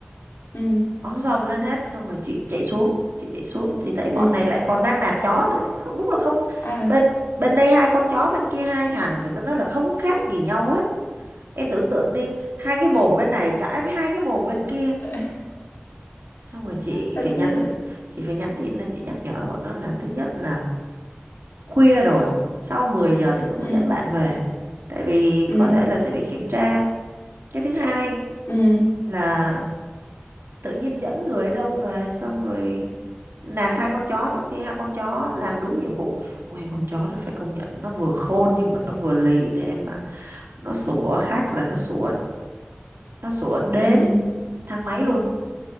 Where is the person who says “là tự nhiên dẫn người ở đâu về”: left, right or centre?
Right